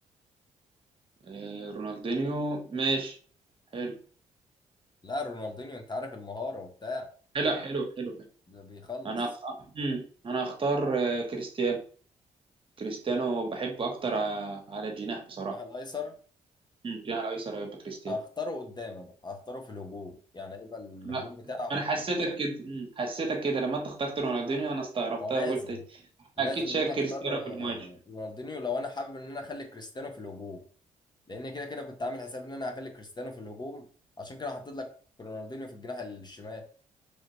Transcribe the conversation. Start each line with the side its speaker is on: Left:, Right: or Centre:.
Right: آه، رونالدينيو ماشي حلو
Left: لا رونالدينيو انت عارف المهارة وبتاع
Right: حلو حلو حلو, حلو.
Left: ده بيخلص
Right: انا هخ... مم. انا هختار آه، كريستيانو كريستيانو بحبه اكتر ع- على الجناح بصراحه
Left: الجناح الايسر
Right: مم، جناح الايسر هيبقى كريستيانو
Left: هختاره قدام انا هختاره في الهجوم يعني يبقى الهجوم
Right: لا
Left: بتاعي احطه
Right: انا حسيتك
Left: كده
Right: كده مم، حسيتك كده لما انت اخترت رونالدينيو انا استغربتها
Left: هو لازم
Right: وقلت
Left: لازم
Right: اكيد شايل
Left: ان انا
Right: كريستيانو
Left: اختار آه،
Right: في المواجهه
Left: رونالدينيو لو انا حابب ان انا اخلي كريستيانو في الهجوم لان كده كده كنت عامل حساب ان انا هخلي كريستيانو في الهجوم عشان كده حطيت لك رونالدينيو في الجناح الشمال